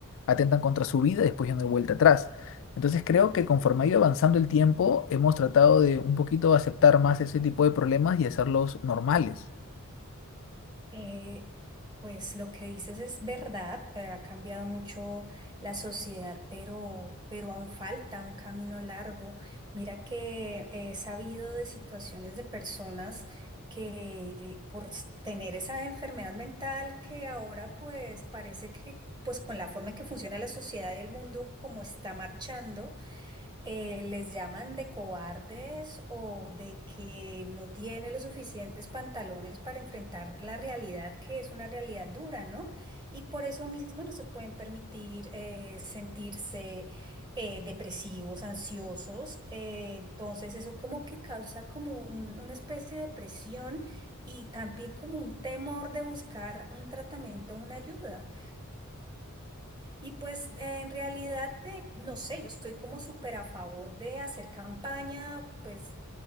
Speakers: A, on the left; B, on the right.
A: atentan contra su vida y después ya no hay vuelta atrás. Entonces creo que conforme ha ido avanzando el tiempo, hemos tratado de un poquito aceptar más ese tipo de problemas y hacerlos normales.
B: Eh, pues lo que dices es verdad, eh, ha cambiado mucho la sociedad, pero, pero aún falta un camino largo. Mira que he sabido de situaciones de personas que por s- tener esa enfermedad mental que ahora pues parece que pues con la forma en que funciona la sociedad y el mundo como está marchando, eh, les llaman de cobardes o de que no tiene los suficientes pantalones para enfrentar la realidad, que es una realidad dura, ¿no? Y por eso mismo no se pueden permitir eh, sentirse eh, depresivos, ansiosos. eh, entonces eso como que causa como un- una especie de presión y también como un temor de buscar un tratamiento, una ayuda. Y pues eh, en realidad, eh, no sé, yo estoy como súper a favor de hacer campaña, pues